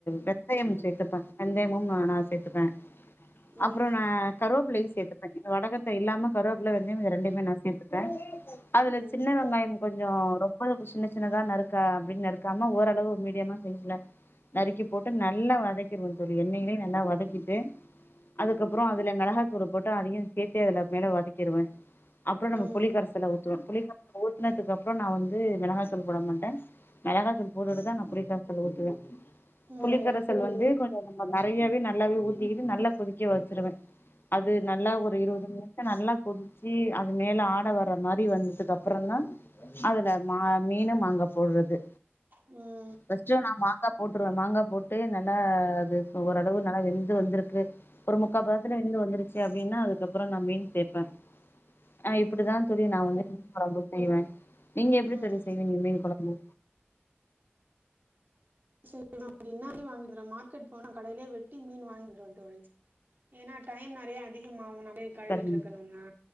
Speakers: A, on the left; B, on the right.
A: வெந்தயம் சேர்த்துப்பே வெந்தயமும் ந நான்சேத்தப்பே
B: ம்
A: அப்ரோ நான் கருவே பிள்ள சேர்த்துப்பே வடகத்த இல்லாம கருவேப்பில வெந்தய ரெண்டையுமே நான் சேர்த்துப்பே அதுல
B: ம்
A: சின்ன வெங்காய் கொஞ்ஜோ ரொம்ப சின்ன சின்னதா நருக்கா அப்டின்னு நறுக்காம ஓரளவு மீடியமா சைஸ்ல நறுக்கி போட்டு நல்லா வதக்கிருவே தோழி எண்ணெய்லே நல்லா வதக்கிட்டு அதுக்கப்புற அதுல மெளகாத்தூல் போட்டு அதியு சேர்த்தே அதுல மேல வதக்கிருவே அப்புற நம்ம
B: ம்
A: புலிக்கரசல ஊத்துவோ புலிகரசல ஊத்துனதுக்கு அப்புற நா வந்து மெளகாதூல் போட மாட்டே மெளகாதூல் போட்டுட்டுதா நான் புளிக்கரசல் ஊத்துவே
B: ம்
A: புளிக்கரசல்
B: ம்
A: வந்து கொஞ் நறையாவே நல்லாவே ஊத்திக்கிட்டு நல்லா கொதிக்க வச்சிருவே அது நல்லா ஒரு இருபது நிமிஷ நல்லா கொதிச்சு அது மேல ஆட வர்ர மாரி வந்ததுக்கு அப்பற தா அதுல மா மீன் மாங்கா போடுறது
B: ம்
A: ஃபஸ்ட்டு நா மாங்கா போட்ருவ மாங்கா போட்டு நல்லா ஓரளவு நல்லா வெந்து வந்திருக்கு ஒரு முக்கா பதத்துல வேந்து வந்துருச்சு அப்டின்னா அதுக்கப்புற நான் மீன் தே ப ஆ இப்டிதா தோழி நா வந்து மீன் கொழம்பு செய்வே நீங்க எப்டி
B: ம்
A: தோழி செய்வீங்க மீன் கொழம்பு
B: <unintelligible> மார்க்கெட் போனா கடையிலே வெட்டி மீன் வாங்கிட் வந்துருவ தோழி ஏன்னா டைம் நெறைய அதிகமா <unintelligible> கழுவிட்டு
A: சரிங்க
B: இருக்கணும்னா